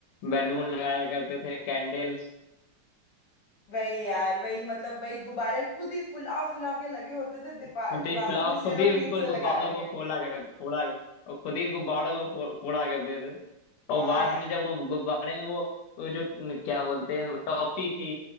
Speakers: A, on the left (about 85°); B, on the left (about 65°).
A: बैलून लगाया करते थे कैंडल्स
B: वही यार वही मतलब वही गुब्बारे खुद ही फुला फुला के लगे होते थे दीपा-
A: खुद
B: दीवारों
A: ही फुलाओ
B: में सेलो
A: खुद ही उनको
B: टेप से
A: गुब्बारों
B: लगाने में
A: को फोड़ा कर फोड़ा और खुद ही गुब्बारों को फो, फोड़ा करते थे
B: हाँ
A: और बाद
B: यार
A: में जब वो गुब्बारे वो वो जो न- क्या बोलते हैं वो टॉफी थी